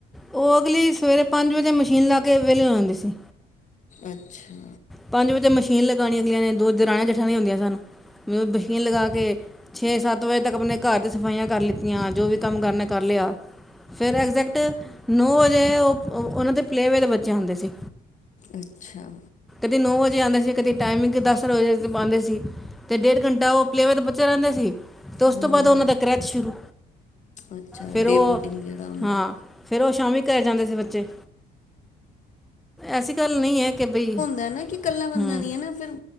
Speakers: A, in the centre; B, on the left.
A: ਉਹ ਅਗਲੀ ਸਵੇਰੇ ਪੰਜ ਵਜੇ ਤੇ ਮਸ਼ੀਨ ਲਾ ਕੇ ਵਿਹਲੇ ਹੋ ਜਾਂਉਂਦੀ ਸੀ
B: ਅੱਛਾ
A: ਪੰਜ ਵਜੇ ਮਸ਼ੀ ਲਗਾਉਣੀ ਅਗਲੀਆਂ ਨੇ ਦੋ ਦਰਾਣੀਆਂ ਜਠਾਣੀਆਂ ਹੁੰਦੀਆਂ ਸਨ ਮੈਂ ਮਸ਼ੀਨ ਲਗਾ ਕੇ ਛੇ ਸੱਤ ਸੱਤ ਵਜੇ ਤੱਕ ਆਪਣੇ ਘਰ ਦੀ ਸਫ਼ਾਈਆਂ ਕਰ ਲਿੱਤੀਆਂ ਜੋ ਵੀ ਕੰਮ ਕਰਨਾ ਕਰ ਲਿਆ ਫੇਰ ਐਗਜੈਕਟ ਨੌ ਵਜੇ ਤੇ ਉਹ ਉਹਨਾਂ ਦੇ ਪਲੇਵੇ ਦੇ ਬੱਚੇ ਹੁੰਦੇ ਸੀ
B: ਅੱਛਾ
A: ਕਦੇ ਨੌ ਵਜੇ ਆਉਂਦੇ ਸੀ ਕਦੇ ਟਾਈਮਿੰਗ ਦਸ ਵਜੇ ਆਉਂਦੇ ਸੀ ਤੇ ਡੇਢ ਘੰਟਾ ਉਹ ਪਲੇਵਰ ਦਾ ਬੱਚਾ ਰਹਿੰਦਾ ਸੀ ਤੇ ਉਸ
B: ਹੂੰ
A: ਤੋਂ ਬਾਅਦ ਉਹਨਾਂ ਦਾ ਕਰ੍ਰੈਤ ਸ਼ੁਰੂ
B: ਅੱਛਾ
A: ਫੇਿਰ
B: ਡੇ
A: ਉਹ
B: ਬੋਰਡਿੰਗ ਜਿਹੜਾ ਹੁੰਦਾ
A: ਹਾਂ
B: ਹੈ।
A: ਫੇਿਰ ਉਹ ਸ਼ਾਮੀ ਕਰੈ ਜਾਂਦੇ ਸੀ ਬੱਚੇ ਐਸੀ ਗੱਲ ਨਹੀਂ ਹੈ ਕਿ ਬਈ
B: ਾ ਕਿ ਇਕੱਲਾ ਬੰਦਾ
A: ਹੂੰ
B: ਨੀ ਹਨ ਫਿਰ